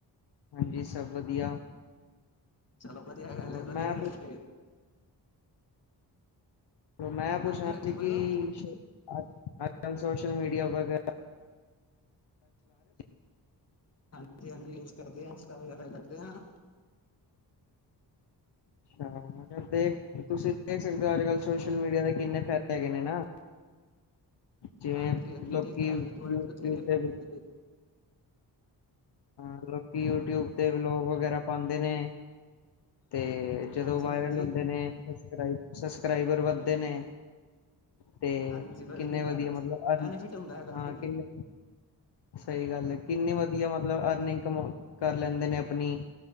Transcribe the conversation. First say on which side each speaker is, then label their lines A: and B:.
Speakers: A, on the left; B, on the left.
A: ਜੀ ਸਭ ਵਧੀਆ
B: ਚਲੋ ਵਧੀਆ ਗੱਲ
A: ਹੋਰ
B: ਏ ਵਧੀਆ
A: ਮੈਂ
B: ਰਸ
A: ਪੁੱਛ ਮੈਂ ਪੁੱਛਣਾ
B: ਹਾਂਜੀ ਹਾਂਜੀ
A: ਸੀ
B: ਬੋਲੋ
A: ਕਿ ਅੱਜ ਕੱਲ੍ਹ ਸੋਸ਼ਲ ਮੀਡੀਆ ਵਗੈਰਾ <unintelligible>
B: ਹਾਂਜੀ ਹਾਂਜੀ ਯੂਜ ਕਰਦੇ <unintelligible> ਵਗੈਰਾ ਕਰਦੇ ਹਨ
A: ਅੱਛਾ ਮੈਂ ਕਿਹਾ ਦੇਖ ਤੁਸੀਂ ਦੇਖ ਸਕਦੇ ਹੋ ਅੱਜ-ਕੱਲ ਸੋਸ਼ਲ ਮੀਡੀਆ ਦੇ ਕਿੰਨੇ ਫਾਇਦੇ ਹੈਗੇ ਨੇ ਨਾ ਜਿਵੇਂ
B: ਹਾਂਜੀ ਹਾਂਜੀ
A: ਲੋਕੀ
B: <unintelligible>
A: ਯੂਟਿਊਬ ਤੇ ਹਾਂ ਲੋਕੀ ਯੂਟੀਊਬ ਤੇ ਲੋਕ ਵਗੈਰਾ ਪਾਉਂਦੇ ਨੇ ਤੇ ਜਦੋਂ
B: ਹਾਂਜੀ
A: ਵਾਇਰਲ
B: ਹਾਂਜੀ
A: ਹੁੰਦੇ ਨੇ ਸਸਕ੍ਰ ਸਬਸਕ੍ਰਾਈਬਰ ਵਧ ਨੇ ਤੇ
B: ਹਾਂਜੀ ਵਧੀਆ
A: ਕਿੰਨੇ ਮਤਲਬ ਅਰਨ
B: ਬੈਨੀਫਿਟ ਹੁੰਦਾ ਹੈ ਕਾਫੀ
A: ਹਾਂ ਕਿੰਨੇ ਸਹੀ ਗੱਲ ਹੈ ਕਿੰਨੀ ਵਧੀਆ ਮਤਲਬ ਅਰਨਿੰਗ ਕਮ ਕਰ ਲੈਂਦੇ ਨੇ ਆਪਣੀ